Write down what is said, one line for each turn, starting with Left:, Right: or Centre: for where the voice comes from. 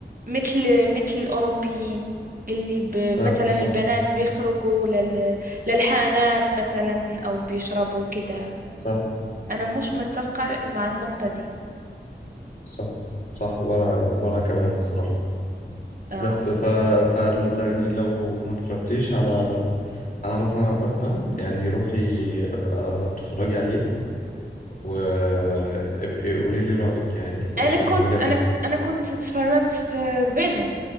Right: مثل مثل الأوروبيين اللي ب
Left: اه
Right: مثلا
Left: صح
Right: البنات بيخرجوا لل للحانات مثلا أو بيشربوا كده
Left: صح
Right: أنا مش متفقة مع النقطة دي
Left: صح صح وانا وانا كمان بصراحة
Right: آه.
Left: بس ف... ف يعني لو ما اتفرجتيش على على مثلا على باتمان يعني روحي ابقى اتفرجي عليه وابقي قولي لي رأيك يعني
Right: انا
Left: عشان
Right: كنت
Left: بجد
Right: انا انا كنت اتفرجت في فينوم